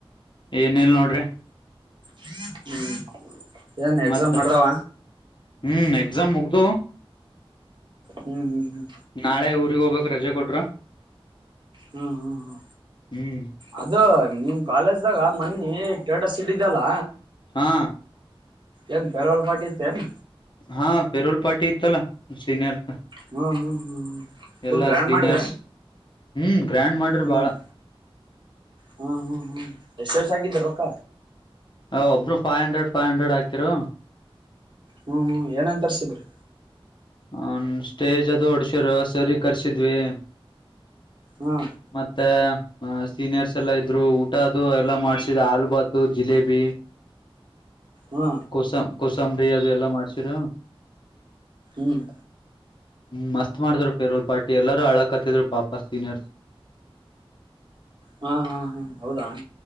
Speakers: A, on the left; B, on the right.
A: ಏನಿಲ್ ನೋಡ್ರಿ
B: ಹ್ಮ್ ಹ್ಮ್ ಏನ್ ಎಕ್ಸಾಮ್
A: ಮತ್ತ
B: ಮಾಡದಾವ
A: ಹ್ಮ್ ಎಕ್ಸಾಮ್ ಮುಗ್ದು
B: ಹ್ಮ್ ಹ್ಮ್ ಹ್ಮ್.
A: ನಾಳೆ ಊರಿಗ್ ಹೋಗ್ಬೇಕ್ ರಜೆ ಕೊಟ್ರ
B: ಹ್ಮ್ ಹ್ಮ್ ಹ್ಮ್
A: ಹ್ಮ್
B: ಅದು ನಿಮ್ ಕಾಲೇಜ್ದಾಗ ಮನ್ನಿ ಟೇಟ ಸಿಟ್ಟಿದ್ದಲ್ಲ.
A: ಹಾ.
B: ಏನ್ ಪೆರವಾಲ್ ಪಾರ್ಟಿ ಇತ್ತ ಏನ್
A: ಹಾ ಪೆರೋಲ್ ಪಾರ್ಟಿ ಇತ್ತಲ್ಲ ಸೀನಿಯರ್
B: ಹ್ಮ್ ಹ್ಮ್ ಹ್ಮ್ ಹ್ಮ ಫುಲ್
A: ಎಲ್ಲಾ
B: ಗ್ರ್ಯಾಂಡ್
A: ಸೀನಿಯರ್ಸ್
B: ಮಾಡಿದ್ರ
A: ಹ್ಮ್. ಗ್ರ್ಯಾಂಡ್ ಮಾಡ್ರಿ
B: ಹ್ಮ್
A: ಬಾಳ
B: ಹ್ಮ ಹ್ಮ ಹ್ಮ್ ಎಷ್ಟ ಎಷ್ಟ್ ಆಗಿದವ ರೊಕ್ಕ
A: ಒಬ್ರು ಫೈ ಹಂಡ್ರೆಡ್ ಫೈವ್ ಹಂಡ್ರೆಡ್ ಹಾಕಿರು.
B: ಹ್ಮ್ ಹ್ಮ್ ಏನ ತರ್ರ್ಸಿದ್ರಿ.
A: ಹನ್ ಸ್ಟೇಜ್ ಅದು ಹೊಡ್ಸ್ಯರ ಸರಿಗ್ ಕರ್ಸಿದ್ವಿ.
B: ಹಾ
A: ಮತ್ತೆ. ಹ ಸೀನಿಯರ್ಸ್ ಎಲ್ಲ ಇದ್ರು ಊಟ ಅದು ಎಲ್ಲ ಮಾಡ್ಸಿದ ಆಲು ಭಾತು ಜಿಲೇಬಿ
B: ಹಾ
A: ಕುಸಂ ಕೋಸಂಬರಿ ಅದೆ ಎಲ್ಲ ಮಾಡ್ಸಿರ
B: ಹ್ಮ್.
A: ಹ್ಮ ಮಸ್ತ್ ಮಾಡಿದ್ರು ಪೆರೋಲ್ ಪಾರ್ಟಿ ಎಲ್ಲರೂ ಅಳ ಕತ್ತಿದ್ರು ಪಾಪ ಸೀನಿಯರ್ಸ್
B: ಹಾ ಹಾ ಹಾ ಹೌದಾ.